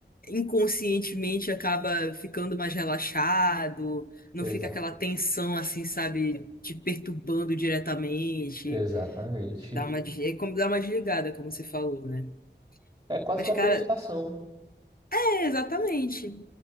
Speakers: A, on the left; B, on the right.
A: inconscientemente acaba ficando mais relaxado, não
B: Exa
A: fica aquela tensão assim, sabe, te perturbando diretamente.
B: exatamente.
A: Dá uma, des- é como dar uma desligada, como você falou, né?
B: É quase
A: Mas,
B: uma
A: cara,
B: meditação.
A: é, exatamente.